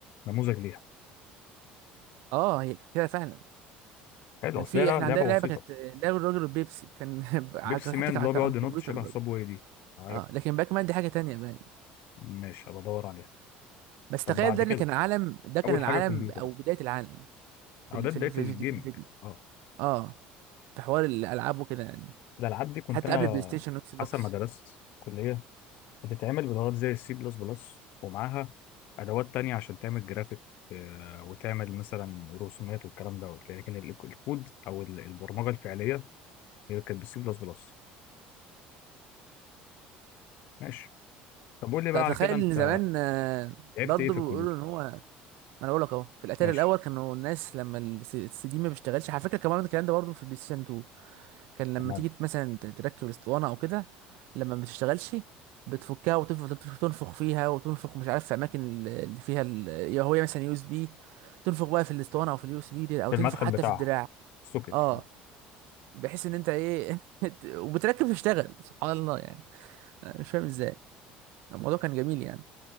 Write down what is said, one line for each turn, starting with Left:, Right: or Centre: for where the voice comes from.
Left: نموذج ليها
Right: اه هي كانت كده فعلا
Left: حلو
Right: كان
Left: اصل
Right: في
Left: هي لعبه
Right: احنا عندنا لعبة
Left: بسيطه
Right: كانت آه، لعبة الراجل والبيبسي كان <laughs> على-
Left: بيبسي
Right: حتى
Left: مان
Right: كان
Left: اللي
Right: على
Left: هو
Right: كان
Left: بيقعد
Right: على الكمبيوتر
Left: ينط شبه
Right: برضو
Left: صابواي دي عارف
Right: اه لكن باك مان دي حاجة تانية باين
Left: ماشي هبقى ادور عليها
Right: بس
Left: طب
Right: تخيل
Left: بعد
Right: ده
Left: كده
Right: ان كان عالم ده كان
Left: اول
Right: العالم
Left: حاجه كمبيوتر
Right: أو بداية العالم في
Left: او
Right: ال-
Left: ده
Right: في
Left: بدايه
Right: الفيديو
Left: الجيمنج
Right: في الفيديو
Left: اه
Right: اه في حوار الألعاب وكده يعني
Left: الالعاب دي كنت
Right: حتى
Left: انا
Right: قبل بلاي ستيشن واكس بوكس
Left: حسب ما درست كليه بتتعمل بلغات زي السي بلس بلس ومعاها ادوات تانية عشان تعمل جرافيك آه، وتعمل مثلا رسومات والكلام دوت لكن ال- الكود او ال- البرمجه الفعليه هي كانت بالسي بلس بلس ماشي طب قول لي بقى
Right: تخيل
Left: على كده انت
Right: ان زمان آه،
Left: لعبت
Right: برضه
Left: ايه في
Right: بيقولوا
Left: الكمبيوتر
Right: ان هو ما انا اقول لك اهو في الاتاري
Left: ماشي
Right: الاول كانوا الناس لما الس- السي دي ما بيشتغلش على فكره كمان الكلام ده برضه في البلاي ستيشن 2 كان لما
Left: تمام
Right: تيجي مثلا ت- تركب الاسطوانه او كده لما ما بتشتغلش بتفكها وتفضل تف- تنفخ فيها وتنفخ مش عارف في اماكن ال- اللي فيها ال- يا هو مثلا يو اس بي تنفخ بقى في الاسطوانه او في اليو اس بي دي او
Left: في
Right: تنفخ
Left: المدخل
Right: حتى
Left: بتاعها
Right: في الدراع
Left: السوكت
Right: اه
Left: اه
Right: بحيث ان انت ايه <laughs> وبتركب تشتغل سبحان الله يعني أنا مش فاهم ازاي الموضوع كان جميل يعني